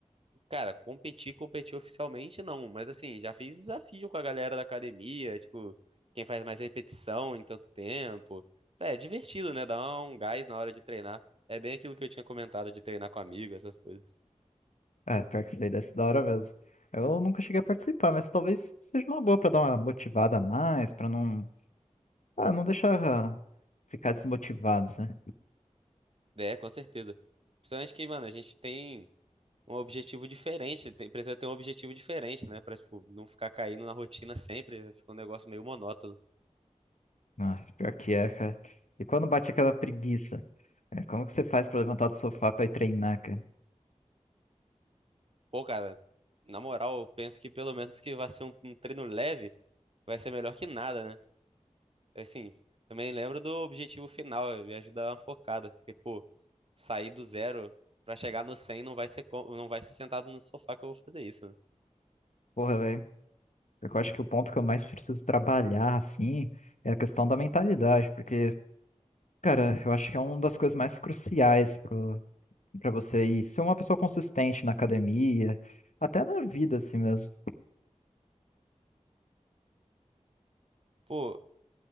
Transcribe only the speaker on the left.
É, pior que sei, deve ser da hora mesmo. Eu nunca cheguei a participar, mas talvez seja uma boa pra dar uma motivada a mais, pra não, ah, não deixar ah, ficar desmotivados, né?
Nossa, pior que é, cara. E quando bate aquela preguiça, é, como que você faz pra levantar do sofá pra ir treinar, cara?
Porra, velho. Porque Eu acho que o ponto que eu mais preciso trabalhar, assim, é a questão da mentalidade, porque, cara, eu acho que é uma das coisas mais cruciais pro, pra você ir ser uma pessoa consistente na academia, até na vida, assim mesmo.